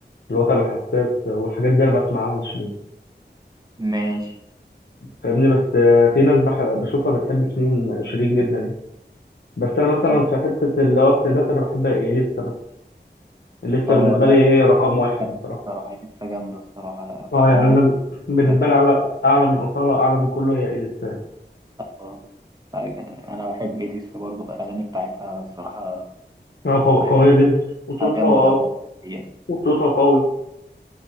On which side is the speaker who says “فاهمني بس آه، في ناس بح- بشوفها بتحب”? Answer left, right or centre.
Left